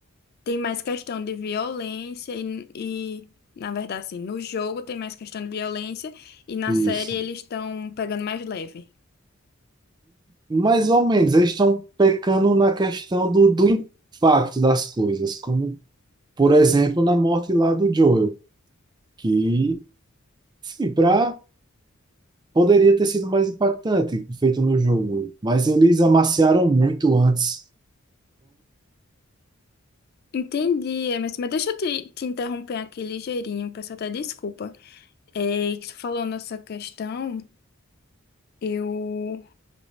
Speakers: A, on the left; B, on the right.
A: têm mais questão de violência e, e, na verdade assim, no jogo tem mais questão de violência e na
B: Isso.
A: série eles estão pegando mais leve.
B: Mais ou menos, eles estão pecando na questão do, do impacto das coisas, como, por exemplo, na morte lá do Joel, que, sim, pra, poderia ter sido mais impactante, feito no jogo, mas eles amaciaram muito antes.
A: Entendi, mas, mas deixa eu te, te interromper aqui ligeirinho, peço até desculpa. É que tu falou nessa questão. Eu,